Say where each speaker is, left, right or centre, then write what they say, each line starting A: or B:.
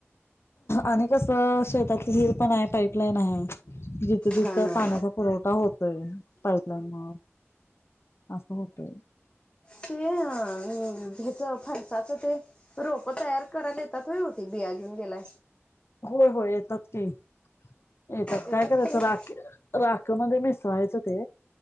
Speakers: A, on the left; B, on the left.
A: आणि कसं शेतात हिर पण आहे पाईपलाईन आहे जिथं तिथं
B: हा हा.
A: पाण्याचा पुरवठा होत पाईपलाईन म असं होतय
B: ते ह्याच फणसाच ते रोप तयार करायला येतात हो होती बिया घेऊन गेला
A: होय होय येतात त येतात
B: येतात
A: काय करायचं
B: खरं.
A: राखे राख मध्ये मिसळायचं ते